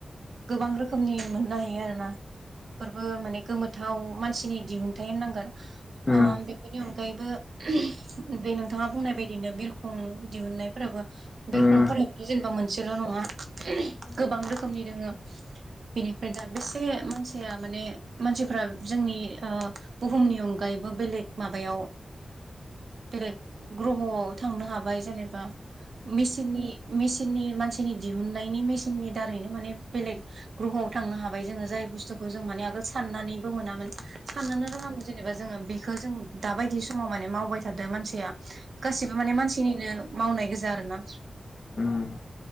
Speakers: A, on the right (about 70°); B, on the left (about 40°).
A: गोबां रोखोमनि मोननो हायो आरो ना बेफोरबो माने गोमोथाव मानसिनि दिहुनथाइ होननांगोन
B: उम
A: ओ बेफोरनि अन गायैबो बे नोंथाङा बुंनाय बायदिनो बिरखं दिहुननायफोराबो
B: उम
A: बिरखंफोराबोथ' जेनेबा मोनसेल' नङा
B: उम
A: गोबां रोखोमनि दोङो
B: <inaudible>
A: बेनिफ्राय दा बेसे मानसिया माने मानसिफ्रा जोंनि ओ बुहुमनि अनगायैबो बो बेलेग माबायाव बेलेग ग्रह'आव थांनो हाबाय जेनेबा मिसिननि मिसिननि मानसिनि दि हुनायनि मेसिननि दारैनो माने बेलेग ग्रहवाव थांनो हाबाय जोङो जाय बुस्थुखौ जों माने आगोल सान नानैबो मोनामोन साननोनो रोङामोन जेनेबा जोङो बेखौ जों दा बायदि समाव माने मावबाय थादो मानसिया गासिबो माने मानसिनिनो मावनाय गोजा आरो ना
B: उम